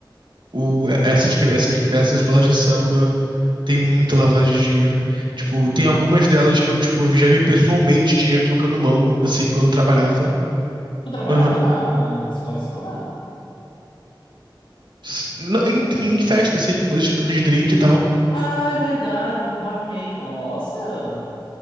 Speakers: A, on the right; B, on the left.
A: o, essas, essas, essas escolas de samba. Tem muita lavagem de dinheiro. Tipo, tem algumas delas que eu, tipo, eu já vi pessoalmente dinheiro trocando mão, assim, quando eu trabalhava.
B: Tu trabalhava
A: Aham.
B: na, na escola de samba?
A: S- na- Em, em festa, assim, coisas de, de drink e tal.
B: Ah, é verdade, como barman. Nossa!